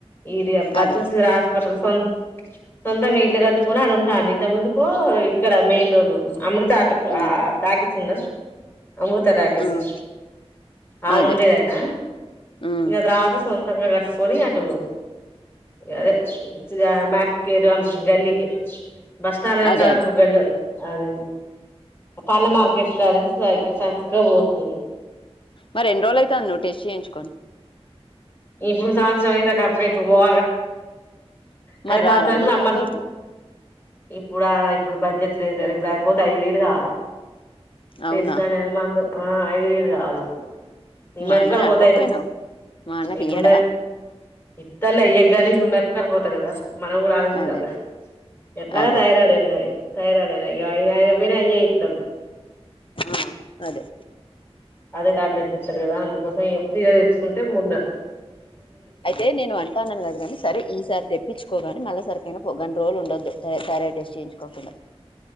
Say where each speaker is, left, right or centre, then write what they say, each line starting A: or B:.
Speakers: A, on the left; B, on the left.
A: ఇది అబ
B: అదే
A: చూసిరా
B: అదే
A: హాస్పిటల్స్ సన్ సొంతంగా ఇల్ కట్టుకొని ఆడున్ కానీ ఇంత ముందుకూ ఇక్కడ మెయిన్ రోడ్డు అమృత ఆటకు
B: ఉమ్
A: ఆ టాకీసు వుందా అమృత టాకీసు
B: ఉమ్
A: ఆడుండేదయినా
B: అదే హ్మ్.
A: ఇం రాత్ర సొంతంగా పోనీయా టూ అదే మక్ గల్లీకి బస్ స్టాం ఏన్
B: అదే
A: కళకకి
B: అదే.
A: అదే అ పన్న మార్కెట్గాారు స చక్క పోతు
B: మరి ఎన్ని రోజులైతాంది నువ్వు టెస్ట్ చేయించుకొని?
A: ఇప్పుడు సంవత్సరం అయింద కరక్ ఇప్పుడు పోవ అయిన
B: మరి
A: సంవసర
B: రారాదు
A: రమ్మం
B: నాతోటి?
A: ఇప్పుడు ఇప్పుడు బడ్జెట్ ఇపుడు పోతే ఐదు వేలుకావాలి
B: అవునా!
A: టస్ నేమా అంది ఆ ఐదు వేళ్లు కావాలి ఇప్పుడు న
B: మా
A: మెట్కాలకి
B: అన్నని అడగకపోయినావు?
A: పోతాయిపు
B: మా అన్నకి
A: ఇప్పుడు
B: ఇయ్యడా?
A: మ ఇప్పలే ఎగ ఇప్పుడు మ కరిపోతా కదా మనం కూడా ఆలోచించాలి
B: అదే.
A: ఎట్లాగా
B: అదే
A: థైరాయిడ్
B: అదే.
A: అయిన థైరాయిడ్ అయినా ఇ అయి అయిన పోయిన అయ ఇస్తాడు
B: ఆ! అదే
A: అదే ట్యాబ్ట్ ద చల్దా అందు ఒకస జిగ వేసుుకుంటే ముూన్న
B: అయితే నేను అంటాన కదు కాని సరే ఈసారి తెప్పించుకోగాని మళ్ళా సరికనా ప గం రోజులు ఉండొదు తార టెస్ట్ చేయించుకోకుండా